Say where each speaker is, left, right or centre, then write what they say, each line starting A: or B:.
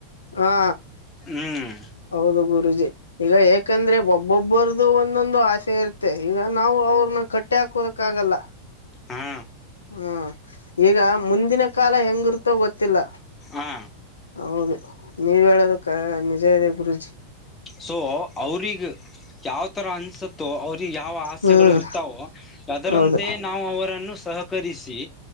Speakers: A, on the left (about 75°); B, on the left (about 15°).
A: ಹಾ
B: ಹ್ಮ್
A: ಹೌದು ಗು ಗುರೂಜಿ ಈಗ ಏಕಂದ್ರೆ ಒಬ್ಬೊಬ್ಬರದುು ಒಂದೊಂದು ಆಸೆ ಇರುತ್ತೆ ಈಗ ನಾವು ಅವ್ರನ್ನ ಕಟ್ಟ್ಯಾ ಹಕ್ಕೋದಕ್ ಆಗಲ್ಲ
B: ಹಾ
A: ಹ್ಮ್ ಈಗ ಮುಂದಿನ ಕಾಲ ಹೆಂಗಿರ್ತೋ ಗೊತ್ ಗೊತ್ತಿಲ್ಲ
B: ಹಾ
A: ಹೌದು ನೀವ ಹೇಳೋದು ಕ ನಿಜ ಇದೆ ಗುರುೂಜಿ
B: ಸೊ ಅವ್ರಿಗ್ ಯಾವ ತರ ಅನ್ಸತ್ತೋ ಅವ್ರಿಗೆ ಯಾವ ಆಸೆಗಳು
A: ಹ್ಮ್
B: ಇರ್ತಾವೋ ಅದರಂತೆಯೇ
A: ಹೌದು
B: ನಾವು ಅವರನ್ನು ಸಹಕರಿಸಿ